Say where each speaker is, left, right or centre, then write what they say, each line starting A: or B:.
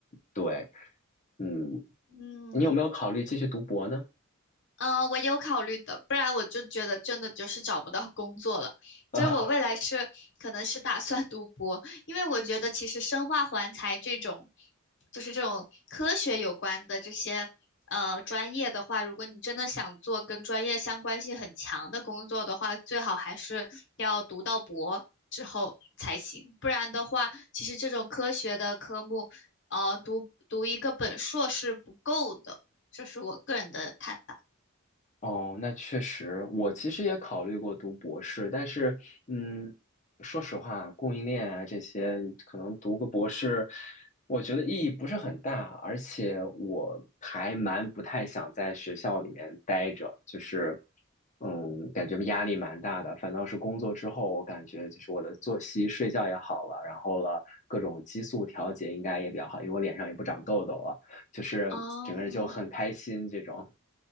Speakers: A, on the left; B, on the left.
A: 对，嗯，
B: 嗯，
A: 你有没有考虑继续读博呢？
B: 嗯，呃我有考虑的，不然我就觉得真的就是找不到工作了，
A: <laughs>
B: 所以我未来是可能是打算读博，
A: 啊？
B: 因为我觉得其实生化环材这种，就是这种科学有关的这些呃专业的话，如果你真的想做跟专业相关性很强的工作的话，最好还是要读到博之后才行，不然的话，其实这种科学的科目，呃，读读一个本硕是不够的，这是我个人的看法。
A: 哦，那确实，我其实也考虑过读博士，但是，嗯，说实话，供应链啊这些，可能读个博士，我觉得意义不是很大，而且我还蛮不太想在学校里面待着，就是，嗯，感觉压力蛮大的。反倒是工作之后，我感觉就是我的作息、睡觉也好了，然后了各种激素调节应该也比较好，因为我脸上也不长痘痘了，就是整个人就很开心这种。
B: 嗯，